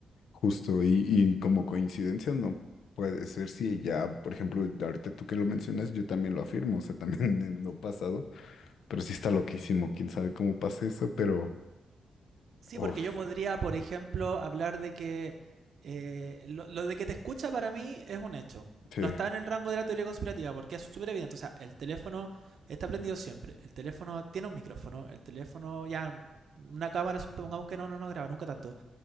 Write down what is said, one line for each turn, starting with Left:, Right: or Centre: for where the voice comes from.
Left: Justo, y, y como coincidencia no puede ser si ya, por ejemplo, ahorita tú que lo mencionas, yo también lo afirmo, o sea, también <laughs> en lo pasado, pero sí está loquísimo, quién sabe cómo pasa eso, pero...
Right: Sí,
Left: Uf,
Right: porque yo podría, por ejemplo, hablar de que eh, lo, lo de que te escucha para mí es un hecho
Left: sí,
Right: no está en el rango de la teoría conspirativa porque es súper evidente. O sea, el teléfono está prendido siempre. El teléfono tiene un micrófono. El teléfono, ya, una cámara, supongamos que no, no no graba nunca tanto.